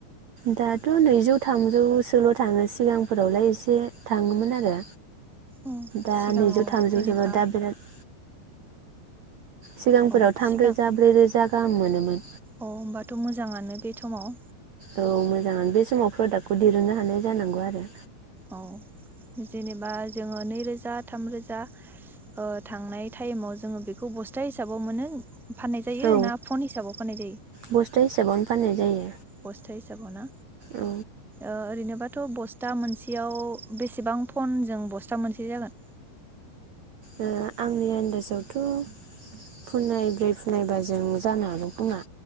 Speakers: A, on the right; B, in the centre.
A: दाथ' नैजौ थामजौसोल' थाङो सिगांफोरावलाय एसे थाङोमोन आरो
B: अ
A: दा
B: सिगाङाव
A: नैजौ थामजौ
B: जेनेबा
A: ज' दा बिराद सिगांफोराव
B: औ
A: थाम
B: सिगां
A: रोजा ब्रै रोजा गाहाम मोनोमोन
B: अ होमबाथ' मोजाङानो बे थमाव
A: औ मोजाङानो बे समाव प्रडाक्टखौ दिरुननो हानाय जानांगौ आरो
B: औ जेनेबा जोङो नै रोजा थाम रोजा ओ थांनाय टाइमाव जोङो बेखौ बस्था हिसाबाव मोनो फाननाय जायो
A: औ
B: ना फन हिसाबाव फाननाय जायो
A: बस्था हिसाबावनो फाननाय जायो
B: बस्था हिसाबाव ना
A: औ
B: ओ ओरैनोबाथ' बस्था मोनसेयाव बेसेबां फनजों बस्था मोनसे जागोन?
A: ओ आंनि आनदाजावथ' फुनायब्रै फुनायबाजों जानो हागौ खोमा